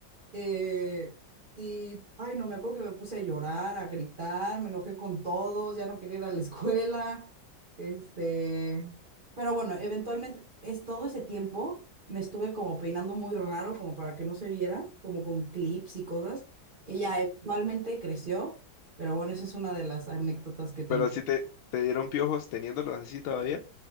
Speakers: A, on the right; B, on the left.
A: Eh, y, ay, no me acuerdo que me puse a llorar, a gritar, me enojé con todos, ya no quería ir a la <laughs> escuela. Este, pero bueno, eventualmente es todo ese tiempo me estuve como peinando muy raro, como para que no se viera, como con clips y cosas. y ya eventualmente creció, pero bueno, esa es una de las anécdotas que tengo.
B: pero si te, te dieron piojos teniéndolos así todavía,